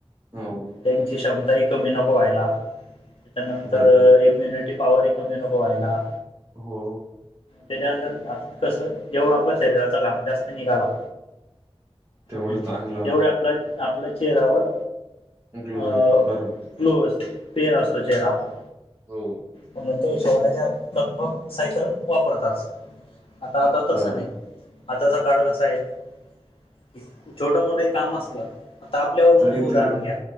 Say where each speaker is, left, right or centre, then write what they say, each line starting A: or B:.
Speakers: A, on the right; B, on the left.
A: हो.
B: त्यांची क्षमताही कमी नको व्हायला त्याच्यानंतर
A: बरोबर
B: इम्युनिटी पॉवर ह कमी नभवा्हायला
A: हो
B: त्याच्यानंतर आ कसं जेवढं आपल्या शरीराचा घाम जास्त निघाला
A: तेवढं
B: ह्
A: चांगलं राहत
B: तेवढ्या आपला आपल्या चेहरा्यावर
A: ग्लो
B: अ्लो
A: येतो बरोबर.
B: पर असतो चेहरा आपला
A: हो
B: म्हणून त्या वििशवालाच्यात लगभग सायकल वापरतात आता आता तसं
A: बरोबर
B: नाही आताचा काळ कसा आहे छोट मोठं काम असलं आता आपल्यावरून
A: तरी
B: हे उदाहरण
A: ते
B: घ्या